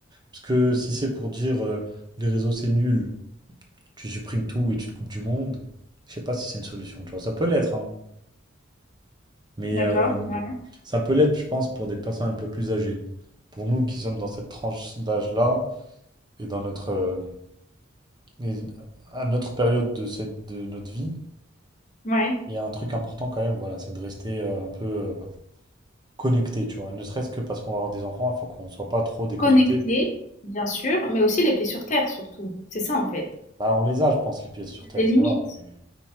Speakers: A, on the right; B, on the left.
A: Parce que si c'est pour dire euh, les réseaux c'est nul, tu supprimes tout et tu te coupes du monde, je sais pas si c'est une solution, tu vois. Ça peut l'être, hein. Mais
B: D'accord,
A: euh,
B: ouais,
A: ça peut l'être, je pense, pour des personnes un peu plus âgées. Pour nous qui sommes dans cette tranche d'âge-là et dans notre, euh, et à notre période de, cette, de notre vie,
B: ouais.
A: il y a un truc important quand même, voilà, c'est de rester euh, un peu euh, connecté, tu vois. Ne serait-ce que parce qu'on va avoir des enfants, il faut qu'on soit pas trop déconnecté.
B: Connecté, bien sûr, mais aussi les pieds sur terre surtout. C'est ça en fait.
A: Bah, on les a, je pense, les pieds sur
B: Il
A: terre,
B: y a des limites.
A: ça va. mais-